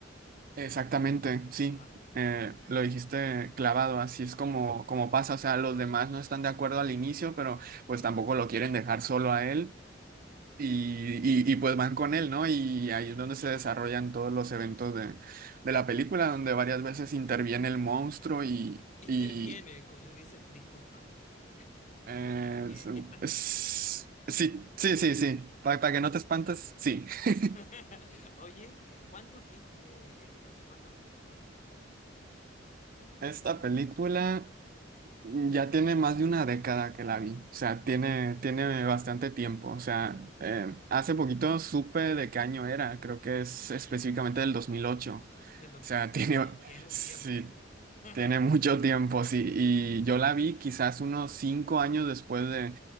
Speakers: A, on the right; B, on the left.
A: exactamente, sí,
B: Ajá.
A: eh, lo dijiste clavado, así es como, como pasa. O sea, los demás no están de acuerdo al inicio, pero pues tampoco lo quieren dejar solo a él. Y, y, y pues van con él, ¿no? Y ahí es donde se desarrollan todos los eventos de, de la película, donde varias veces interviene el monstruo y,
B: <laughs> Interviene,
A: y
B: co- le dice, disculpa.
A: Eh,
B: Eh, eh,
A: es-
B: ¿qué estás?
A: es- sí, sí, sí, sí. Para, para que no te espantes, sí. <laughs>
B: <laughs> Oye, ¿cuándo viste esta? ¿Cuándo viste Cloverfield?
A: Esta película ya tiene más de una década que la vi. O sea, tiene, tiene bastante tiempo. O sea, eh, hace poquito supe de qué año era. Creo que es específicamente del dos mil ocho O
B: Del dos
A: sea,
B: mil ocho.
A: <laughs> tiene,
B: que tiene un
A: sí,
B: tiempo. <laughs>
A: Tiene mucho tiempo, sí. Y yo la vi quizás unos cinco años después de,